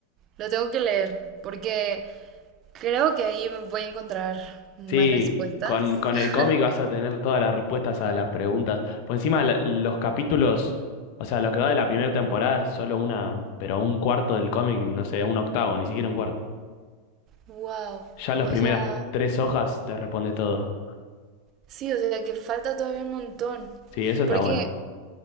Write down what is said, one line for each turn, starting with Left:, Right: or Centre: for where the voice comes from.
Right: lo tengo que leer porque creo que ahí voy a encontrar más
Left: Sí,
Right: respuestas.
Left: con, con
Right: <laughs>
Left: el cómic vas a tener todas las respuestas a las preguntas. Por encima, la- los capítulos, o sea, lo que va de la primera temporada es solo una, pero un cuarto del cómic, no sé, un octavo, ni siquiera un cuarto.
Right: Wow,
Left: Ya las
Right: o
Left: primeras
Right: sea,
Left: tres hojas te respondes todo.
Right: sí, o sea que falta todavía un montón.
Left: Sí, eso está
Right: Porque,
Left: bueno.